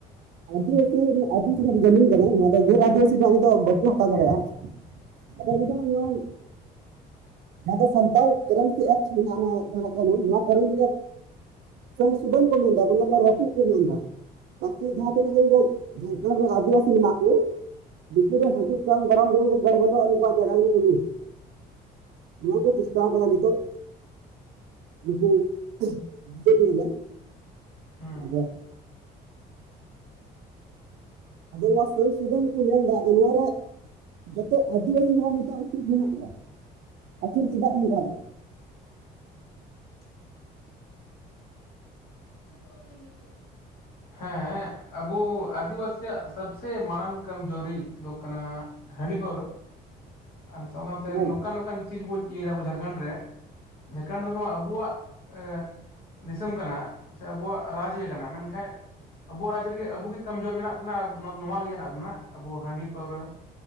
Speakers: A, on the right; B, on the left.
A: ᱟᱹᱫᱤᱵᱟᱹᱥᱤ ᱟᱹᱫᱤᱵᱟᱹᱥᱤ ᱡᱟᱢᱤᱱ ᱠᱟᱱᱟ ᱱᱚᱣᱟ ᱫᱚ ᱜᱮᱨ ᱟᱹᱫᱤᱟᱹᱥᱤ ᱫᱚ ᱫᱚ ᱵᱟᱠᱚ ᱦᱟᱛᱟᱣ ᱫᱟᱲᱮᱭᱟᱜᱼᱟ ᱟᱫᱚ ᱟᱹᱰᱤ ᱫᱚ ᱱᱚᱣᱟ
B: <unintelligible>
A: ᱡᱟᱦᱟᱸ ᱫᱚ ᱥᱟᱱᱛᱟᱲ ᱴᱮᱱᱮᱱᱥᱤ ᱮᱠᱴ ᱢᱮᱱᱟᱜᱼᱟ ᱠᱟᱹᱱᱩᱱ ᱱᱚᱣᱟ ᱠᱟᱹᱱᱩᱱ ᱥᱮ ᱥᱩᱰᱟᱹᱱ ᱠᱚ ᱢᱮᱱᱫᱟ ᱵᱟᱝ ᱨᱟᱹᱯᱩᱫ ᱠᱚ ᱢᱮᱱᱫᱟ ᱛᱟᱠᱤ ᱡᱟᱦᱟᱸ ᱛᱤᱱᱟᱹᱜ ᱜᱮ ᱚᱰᱮ ᱡᱷᱟᱲᱠᱷᱚᱱᱰ ᱨᱮ ᱟᱹᱫᱤᱵᱟᱟᱹᱥᱤ ᱢᱮᱱᱟᱜ ᱠᱚ ᱫᱤᱠᱩ ᱫᱚ ᱦᱤᱡᱩᱜ ᱠᱟᱱ ᱫᱟᱨᱟᱢ ᱡᱮᱢᱚᱱ ᱠᱚ ᱵᱟᱹᱨ ᱵᱟᱛᱟᱚᱜ ᱟᱩᱠᱩᱣᱟᱜ ᱡᱟᱭᱜᱟ <inaudible> ᱠᱚ ᱞᱩ ᱱᱚᱣᱟ ᱠᱚ ᱪᱮᱥᱴᱟ ᱟᱠᱟᱫᱟ ᱱᱤᱛᱚᱜ ᱱᱩᱠᱩ ᱵᱤ ᱡᱮᱯᱤ ᱵᱟᱞᱟ
B: ᱦᱮᱸ
A: ᱟᱫᱚ ᱟᱫᱚ ᱱᱚᱣᱟ ᱥᱩᱫᱚᱱ ᱠᱚ ᱢᱮᱱ ᱮᱫᱟ ᱟᱫᱚ ᱱᱚᱣᱟ ᱨᱮ ᱡᱚᱛᱚ ᱟᱹᱫᱤᱵᱟᱹᱥᱤ ᱦᱚᱲ ᱱᱮᱛᱚᱜ ᱮᱠᱴᱤᱵ ᱵᱟ. ᱱᱩᱜ ᱠᱚᱣᱟ ᱟᱠᱷᱤᱨ ᱪᱮᱫᱟᱜ ᱱᱚᱝᱠᱟ ᱫᱚ
B: <unintelligible> <unintelligible> ᱦᱮᱸ ᱟᱵᱚ ᱟᱹᱫᱤᱵᱥᱤᱭᱟᱜ ᱥᱚᱵᱥᱮ ᱢᱟᱲᱟᱝ ᱠᱚᱢ ᱡᱚᱨᱤ ᱫᱚ ᱠᱟᱱᱟ ᱦᱟᱺᱰᱤ ᱯᱟᱹᱣᱨᱟᱹ ᱟᱨ ᱡᱟᱣᱟ ᱛᱮ
A: ᱦᱮᱸ
B: ᱱᱚᱝᱠᱟᱱ ᱱᱚᱝᱠᱟᱱ ᱪᱤᱡᱽ ᱵᱚᱱ ᱤᱭᱟᱹ ᱫᱟ ᱟᱵᱚ ᱡᱷᱟᱲᱠᱷᱚᱱᱰ ᱨᱮ ᱡᱷᱟᱲᱠᱟᱱᱰ ᱨᱮᱫᱚ ᱟᱵᱚᱣᱟᱜ ᱮ ᱫᱤᱥᱚᱢ ᱠᱟᱱᱟ ᱥᱮ ᱟᱵᱚᱣᱟᱜ ᱨᱟᱡᱽᱤᱭᱟᱹ ᱠᱟᱱᱟ ᱢᱮᱱᱠᱷᱟᱡ ᱟᱵᱚ ᱨᱟᱡᱽ ᱨᱮᱜᱮ ᱟᱵᱚᱮ ᱜᱮ ᱠᱚᱢᱡᱳᱨ ᱢᱮᱱᱟᱜ ᱵᱚᱱᱟ ᱱᱚᱣᱟ ᱞᱟᱹᱜᱤᱫᱮ ᱦᱮᱱᱟᱜ ᱵᱚᱱᱟ, ᱟᱵᱚ ᱦᱟᱺᱰᱤ ᱯᱟᱹᱣᱨᱟᱹ